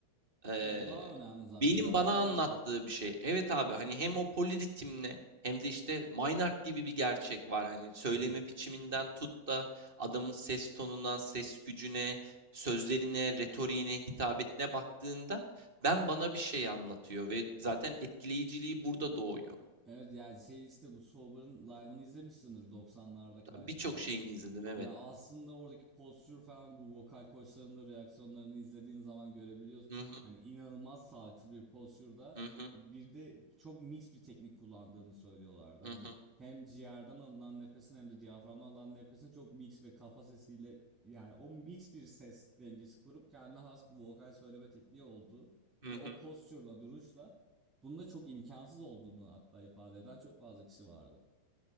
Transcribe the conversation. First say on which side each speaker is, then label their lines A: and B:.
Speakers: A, on the right (about 55°); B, on the right (about 25°).
A: eee,
B: Evet, bu daha önemli zaten.
A: benim
B: Canlılara
A: bana anlattığı
B: niye bu kadar...
A: bir şey. Evet abi hani hem o poliritimle hem de işte Maynard gibi bir gerçek var. Hani söyleme
B: <laughs>
A: biçiminden tut da adamın ses tonuna, ses gücüne, sözlerine, retoriğine, hitabetine baktığında ben bana bir şey anlatıyor ve zaten etkileyiciliği burada doğuyor.
B: Evet yani şey işte bu Sober'ın live'ını izlemişsindir 90'larda kaydedilen.
A: Birçok şeyini izledim evet.
B: Ya aslında oradaki postür falan bu vokal koçların da reaksiyonlarını izlediğin zaman görebiliyorsun.
A: Hı
B: Hani inanılmaz sağlıksız bir postürde
A: hı hı
B: bir de çok mix bir teknik kullandığını söylüyorlardı.
A: hı
B: Hani
A: hı hı.
B: hem ciğerden alınan nefesin hem de diyaframdan alınan nefesin çok mix ve kafa sesiyle yani o mix bir ses dengesi kurup kendine has bir vokal söyleme tekniği olduğu
A: hı
B: ve
A: hı.
B: o postürle duruşla bunda çok imkansız olduğunu hatta ifade eden çok fazla kişi vardı.